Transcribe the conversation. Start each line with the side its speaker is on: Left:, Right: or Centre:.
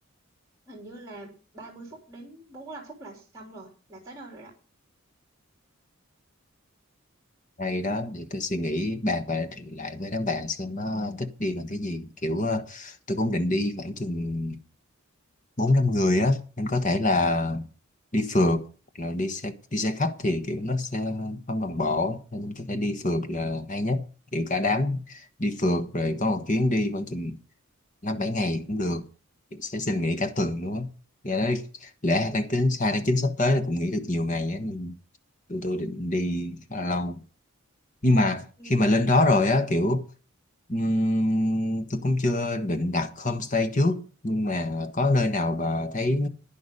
Right: hình như là 30 phút đến bốn lăm phút là xong rồi là tới đâu rồi đó
Left: hay đó để tôi suy nghĩ bàn và thì lại với đám bạn xem nó thích đi bằng cái gì kiểu ờ, tôi cũng định đi khoảng chừng bốn năm người á nên có thể là đi phượt hoặc là đi xe đi xe khách thì kiểu nó sẽ không đồng bộ nên có thể đi phượt là hay nhất kiểu cả đám đi phượt rồi có một chuyến đi khoảng chừng năm bảy ngày cũng được Em sẽ xin nghỉ cả tuần nữa Dạ nói lễ
Right: Ừm,
Left: hai tháng chín hai tháng chín sắp tới là cũng nghỉ được nhiều ngày á nên tụi tôi định đi khá là lâu nhưng mà
Right: ừm,
Left: khi mà lên đó
Right: cũng
Left: rồi á
Right: được
Left: kiểu ừm, tôi cũng chưa định đặt homestay trước nhưng mà có nơi nào bà thấy